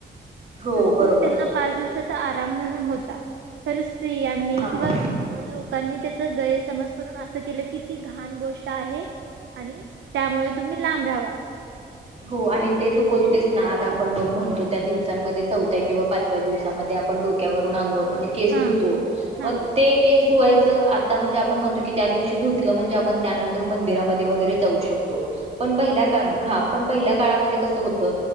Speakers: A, on the right; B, on the right.
A: हो
B: तर
A: बरोबर
B: तो त्यांना पाच दिवसाचा आराम म्हणून होता. खर स्त्रियांनी
A: हा
B: किंवा लोकांनी त्याच गैरसमज करून असं केलं की ती घाण गोष्ट आहे. आणि त्यामुळे तुम्ही लांब राहावा.
A: हो आणि ते तू बोलतेस ना आता आपण बघ म्हणतो त्या दिवसांमध्ये चौथ्या किंवा पाचव्या दिवसामध्ये आपण डोक्यावरून अंघोळ म्हणजे केस
B: हा
A: धुतो
B: हा
A: मग, ते केस धुवायचं आता म्हणजे आपण म्हणतो की त्या दिवशी धुतलं म्हणजे आपण त्यानंतर मंदिरामध्ये वगैरे जाऊ. पण पहिला काळ हा पहिल्या काळामध्ये कसं होत